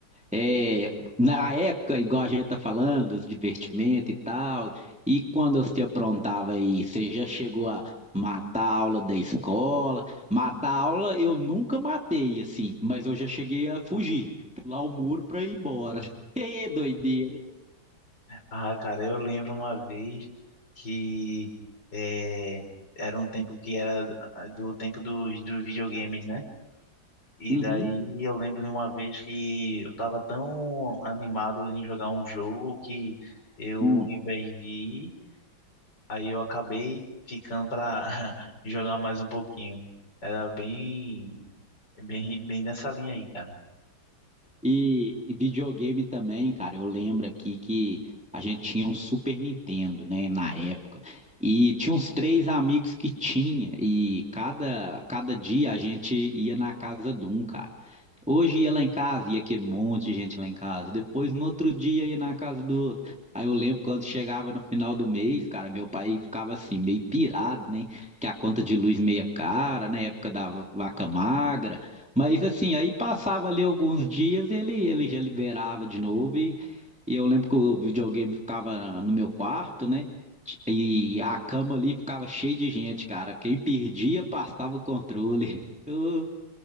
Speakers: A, in the centre; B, on the left.
A: É, na época, igual a gente tá falando, dos divertimentos e tal, e quando você aprontava aí, você já chegou a matar a aula da escola? Matar a aula eu nunca matei, assim, mas eu já cheguei a fugir, pular o muro pra ir embora. <laughs> Que doideira,
B: Ah, cara, eu lembro uma vez que eh, era um tempo que era ah, do tempo dos, dos videogames, né? E
A: hein?
B: daí eu lembro de uma vez que eu tava tão animado em jogar um jogo que eu,
A: Hum.
B: ao invés de ir, aí eu acabei ficando pra <laughs> jogar mais um pouquinho. Era bem, bem, bem nessa linha aí, cara.
A: E, e videogame também, cara. Eu lembro aqui que a gente tinha um Super Nintendo, né, na época. E tinha uns três amigos que tinha. E cada, cada dia a gente ia na casa de um, cara. Hoje ia lá em casa, ia que um monte de gente lá em casa. Depois, no outro dia, ia na casa do outro. Aí eu lembro quando chegava no final do mês, cara, meu pai ficava assim, meio pirado, né? Que a conta de luz meia cara, né? época da vaca magra. Mas assim, aí passava ali alguns dias, ele, ele já liberava de novo. E, e eu lembro que o videogame ficava no meu quarto, né? E a cama ali ficava cheia de gente, cara. Quem perdia, passava o controle. <laughs> Eu...